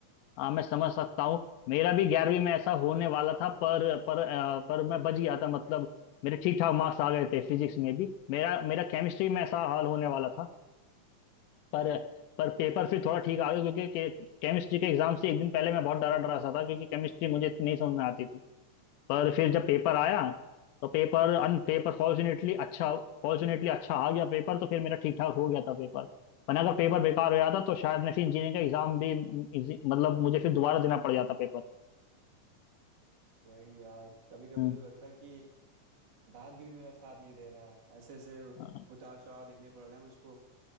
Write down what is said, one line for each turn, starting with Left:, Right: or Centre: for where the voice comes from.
Left: हाँ मैं समझ सकता हूँ मेरा भी ग्यारहवीं में ऐसा होने वाला था पर पर अ, पर मैं बच गया था मतलब मेरे ठीक ठाक मार्क्स आ गए थे फिजिक्स में भी मेरा मेरा केमिस्ट्री में ऐसा हाल होने वाला था पर पर पेपर फिर थोड़ा ठीक आ गया क्योंकि के, केमिस्ट्री के एग्जाम से एक दिन पहले मैं बहुत डरा डरा सा था क्योंकि केमिस्ट्री मुझे इतनी नहीं समझ में आती थी पर फिर जब पेपर आया तो पेपर अन पेपर
Right: अच्छा
Left: फॉर्चुनेटली अच्छा फॉर्चुनेटली अच्छा आ गया पेपर तो फिर मेरा ठीक ठाक हो गया था पेपर वरना अगर पेपर बेकार हो जाता तो शायद मैं फिर इंजीनियरिंग का एग्जाम भी इजी- मतलब मुझे फिर दोबारा देना पड़ जाता पेपर
Right: वही यार कभी कभी
Left: हम्म,
Right: तो लगता है कि भाग्य भी मेरा साथ नहीं दे रहा है ऐसे ऐसे
Left: अ,
Right: उतार चढ़ाव देखने पड़ रहे हैं मुझको